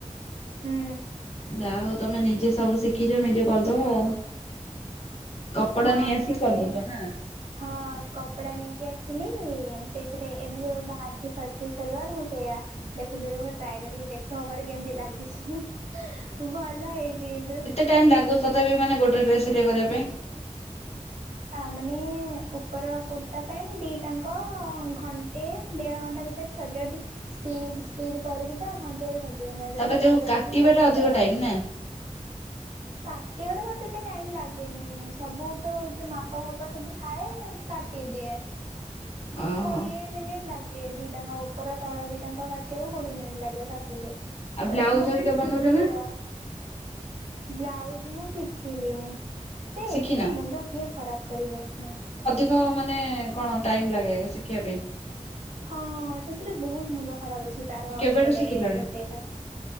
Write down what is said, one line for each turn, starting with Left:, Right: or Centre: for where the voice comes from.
Right: ହୁଁ।
Left: ଯା ହଉ ତମେ ନିଜେ ସବୁ ଶିଖିଛ ନିଜେ କରିଦବ ଆଉ। କପଦା
Right: ହଁ
Left: ନେଇ ଆସି
Right: ମୁଁ ଗୋଟେ
Left: କରଦଉଛ ନା?
Right: ହଁ କପଡା ନେଇକି ଆସିଥିଲି ସେଇଥିରେ ଏବେ ଯୋଉ ବାହାରିଛି ଫର୍ସି ସଲୱାର ମୁଁ ସେଇଆ ଦେଖୁୁଥିଲି ଟ୍ରାଏ କରିକି ଦେଖେ ମୋ ଉପରେ କେମିତି ଲାଗୁଛି ଭଲ ହେଇଛି କିନ୍ତୁ।
Left: ଟାଇମ୍ ଲାଗୁ ତଥାପି ମାନେ ଗୋଟିଏ ଡ୍ରେସ୍ ସିଲେଇା କରିବା ପାଇଁ?
Right: ଆ ମାନେ ଉପର କୁର୍ତ୍ତା ପ୍ୟାଣ୍ଟ ଦିଟାଙ୍କ ଘଣ୍ଟେ ଦେଢ ଘଣ୍ଟା ଭିତରେ ସର୍ଜୀବ ଯଦି ସ୍ପିଡ ସ୍ପିଡ କରିବି ତ ଘଣ୍ଟରେ ସଜିବ ନାହଁ
Left: ତାପରେ
Right: ଯଦି ରହି
Left: ଯୋଉ
Right: ରହିକି
Left: କାଟିବା
Right: କରିବି
Left: ଟା ଅଧିକ
Right: ତ
Left: ଟାଇମ ନା
Right: କାଟିବାରେ ମତେ ଏତେ ଟାଇମ ଲାଗେନି ସବୁ ତ ଯୋଉ ମାପ ଫାପ ସବୁ ଥାଏ କାଟି ଦିଆ
Left: ଓହୋ
Right: କୋଡ଼ିଏ ମିନିଟ ଲାଗ ଦିଏ ଦିଟାଙ୍କ ଉପର ତଳ ଦିଟାଙ୍କ କାଟିବାକୁ କୋଡିଏ ମିନିଟ ଲାଗେ କାଟିଦିଏ।
Left: ଆଉ
Right: ଥାଏ
Left: ବ୍ଲାଉଜ
Right: ମୁଁ
Left: ହରିକା
Right: ଖାଲି
Left: ବନଉଛ
Right: ସିଲେଇ
Left: ନା?
Right: ର ବ୍ଲାଉଜ ମୁଁ ଶିଖିଲିନି ସେ
Left: ଶିଖିନ
Right: ଏତେ ମୁଣ୍ଡ କିଏ ଖରାପ କରିବ ନା।
Left: ଜୋ ମାନେ କଣ ଟାଇମ ଲାଗେ ଶିଖିବା ପାଇଁ?
Right: ହଁ ସେଥିରେ ବହୁତ ମୁଣ୍ଡ ଖରାପ ଅଛି ତାର
Left: କେବେଠୁ
Right: ଏପଟେ
Left: ଶିଖିଲଣି
Right: ଗୋଟେ କାଟ୍